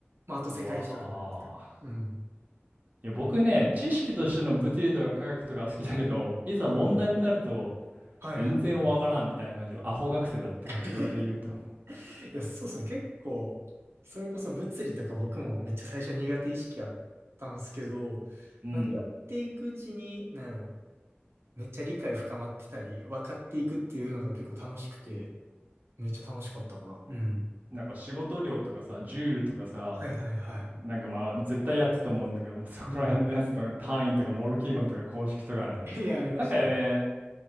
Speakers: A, on the right; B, on the right.
A: まあ、あと世界史とかもやってた。
B: うん。うわー。
A: うん。
B: いや、僕ね、知識としての物理とか科学とか好きだけど、いざ問題となると、
A: はいはい。はいはいは
B: 全然わからんみたいな感じのアホ学生だったよ。
A: い。<laughs>
B: それで言うと。
A: いや、そうですね。結構、それこそ物理とか僕もめっちゃ最初苦手意識あったんですけど、
B: うん。
A: なんかやっていくうちに、なんやろ、めっちゃ理解深まってたり、分かっていくっていうのが結構楽しくて、めっちゃ楽しかったかな。うん。
B: なんか仕事量とかさ、ジュールとかさ、
A: はいはいは
B: なんかまあ絶対やってたと思うんだけど、もうそこら辺のやつとか単位とかモルキーゴンとか公式とかね。
A: い。うん。<laughs> いや、ありましたね。
B: なんかね、